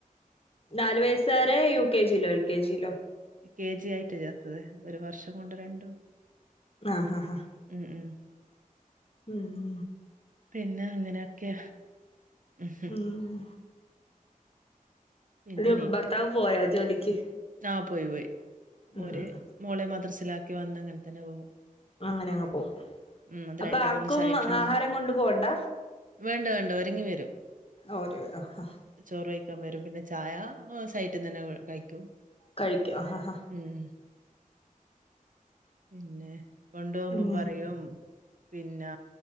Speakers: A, on the left; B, on the right.
A: നാലല് വയസ്സകാരെ യു കെ ജിയിലോ എൽ കെ ജിയിലോ
B: യു കെ ജി ആയിട്ട് ചേർത്തത് ഒരു വർഷം കൊണ്ട് രണ്ടും
A: ആഹ് അഹ ഹ
B: ഉം ഉം
A: ഉം
B: പിന്നെ അങ്ങനൊക്കെ ആഹ്
A: ഉം
B: പിന്നെ
A: ഒരു ഭർത്താവ് പോയോ ജോലിക്ക്
B: ആഹ് പോയി പോയി
A: ഉം
B: ഒര് മോളെ മദ്രസിലാക്കി വന്ന് അങ്ങനെ തന്നെ പോകും
A: അങ്ങനെ അങ്ങ് പോവും
B: ഉം. അത്
A: അപ്പൊ ആക്കും
B: സൈറ്റുണ്ടാവും.
A: ആഹാരം കൊണ്ടു പോകണ്ട
B: വേണ്ട വേണ്ട ഒരുങ്ങി വരും
A: ഓര് <unintelligible>
B: ചോറ് വഴിക്കാൻ വരും പിന്നെ ചായ സൈറ്റിൽ തന്നെ കഴിക്കും
A: കഴിക്കാം ആഹ് ഹ ഹ
B: ഉം. പിന്നെ കൊണ്ട് പോകുമ്പം
A: ഉം
B: പറയും പിന്നെ